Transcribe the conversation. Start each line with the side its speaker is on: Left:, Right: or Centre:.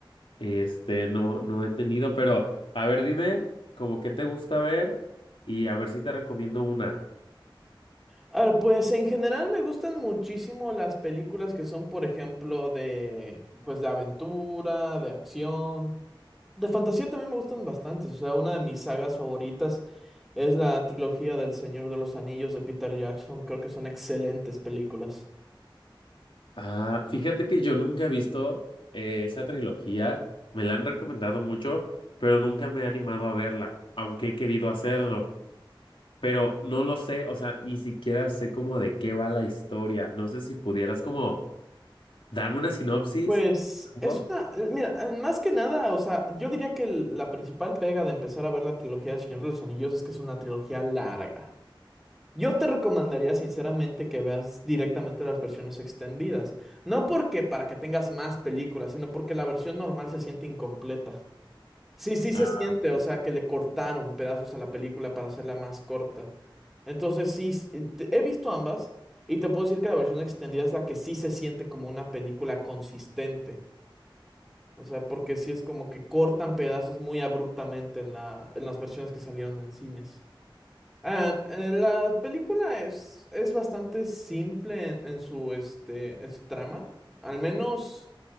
Left: Este, no, no he tenido, pero a ver, dime, como qué te gusta ver y a ver si te recomiendo una.
Centre: A ver, pues en general me gustan muchísimo las películas que son, por ejemplo, de, pues de aventura, de acción, de fantasía también me gustan bastantes. O sea, una de mis sagas favoritas es la trilogía del Señor de los Anillos de Peter Jackson. Creo que son excelentes películas.
Left: Ah, fíjate que yo nunca he visto eh, esa trilogía, me la han recomendado mucho, pero nunca me he animado a verla, aunque he querido hacerlo. pero no lo sé, o sea, ni siquiera sé como de qué va la historia. No sé si pudieras como darme una sinopsis.
Centre: Pues
Left: ¿no?
Centre: es una, eh, mira, eh, más que nada, o sea, yo diría que la principal pega de empezar a ver la trilogía del Señor de los Anillos es que es una trilogía larga. Yo te recomendaría sinceramente que veas directamente las versiones extendidas. No porque para que tengas más películas, sino porque la versión normal se siente incompleta. Sí, sí se
Left: Ah,
Centre: siente,
Left: ok.
Centre: o sea, que le cortaron pedazos a la película para hacerla más corta. Entonces, sí, s- eh, te- he visto ambas y te puedo decir que la versión extendida es la que sí se siente como una película consistente. O sea, porque sí es como que cortan pedazos muy abruptamente en la, en las versiones que salieron en cines. Ah, eh, la película es, es bastante simple en, en su, este, en su trama, al menos